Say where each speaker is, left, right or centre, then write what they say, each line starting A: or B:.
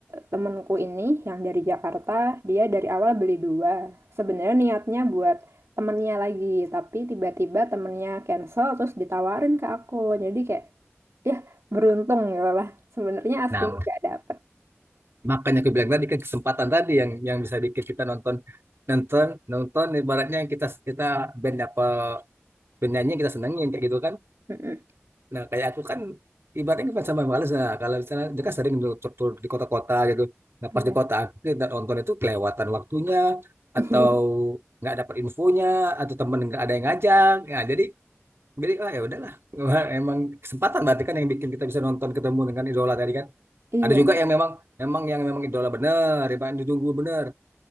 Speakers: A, on the right; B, on the right.
A: temenku ini yang dari Jakarta dia dari awal beli dua. Sebenarnya niatnya buat temennya lagi, tapi tiba-tiba temennya cancel terus ditawarin ke aku. Jadi kayak ya beruntung gitu lah. Sebenarnya aslinya
B: nah
A: nggak dapet.
B: Makanya aku bilang tadi kan kesempatan tadi yang yang bisa bikin kita nonton nonton nonton ibaratnya kita kita band apa band nyanyi yang kita senengin kayak gitu kan.
A: Mm-mm.
B: Nah kayak aku kan ibaratnya kan sama males lah. Kalau misalnya dia kan sering dulu tur, tur di kota-kota gitu. Nah
A: Iya.
B: pas di kota aku tidak nonton itu kelewatan waktunya
A: <laughs>
B: atau nggak dapat infonya atau temen nggak ada yang ngajak. Nah jadi jadi ah ya udahlah. <laughs> Emang kesempatan berarti kan yang bikin kita bisa nonton ketemu dengan idola tadi kan.
A: Iya.
B: Ada juga yang memang memang yang memang idola bener, ibaratnya ditunggu bener,